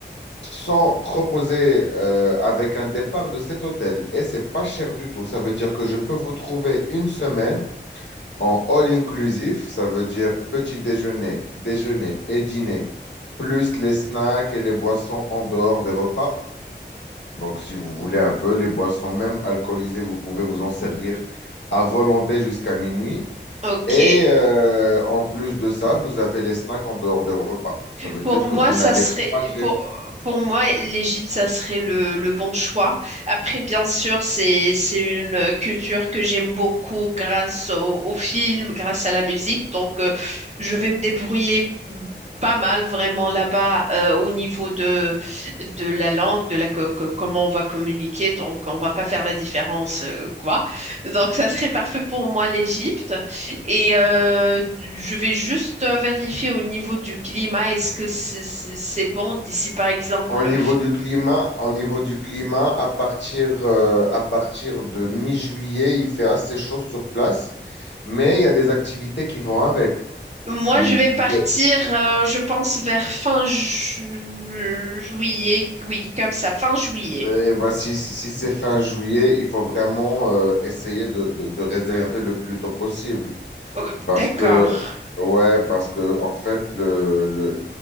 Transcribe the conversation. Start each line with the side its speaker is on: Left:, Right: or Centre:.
Left: sans proposer euh, avec un départ de cet hôtel. Et c'est pas cher du tout. Ça veut dire que je peux vous trouver une semaine en all inclusif. Ça veut dire petit déjeuner, déjeuner et dîner, plus les snacks et les boissons en dehors des repas donc, si vous voulez un peu, les boissons, même alcoolisées, vous pouvez vous en servir à volonté jusqu'à minuit.
Right: Ok.
Left: Et euh, en plus de ça, vous avez les snacks en dehors des repas. Ça veut
Right: Pour
Left: dire que
Right: moi,
Left: vous
Right: ça
Left: n'allez
Right: serait
Left: pas gérer.
Right: pour, pour moi, l'Égypte, ça serait le, le bon choix. Après, bien sûr, c'est c'est une culture que j'aime beaucoup grâce au, au film, grâce à la musique. Donc, euh, je vais me débrouiller pas mal vraiment là-bas euh, au niveau de de la langue, de la co- co- comment on va communiquer. Donc, on va pas faire la différence euh, quoi. Donc, ça serait parfait pour moi l'Égypte. Et euh, je vais juste euh, vérifier au niveau du climat, est-ce que c'est c'est- c'est bon d'ici, par exemple.
Left: Au niveau du climat, au niveau du climat, à partir, euh, à partir de mi-juillet, il fait assez chaud sur place, mais il y a des activités qui vont avec.
Right: Moi,
Left: Il,
Right: je vais partir,
Left: il fait,
Right: euh, je pense, vers fin ju- juillet. Oui, comme ça, fin juillet.
Left: eh ben, si si, si c'est fin juillet, il faut vraiment euh, essayer de, de, de réserver le plus tôt possible.
Right: Oh,
Left: Parce
Right: d'accord,
Left: que, ouais, parce que, en fait, le, le-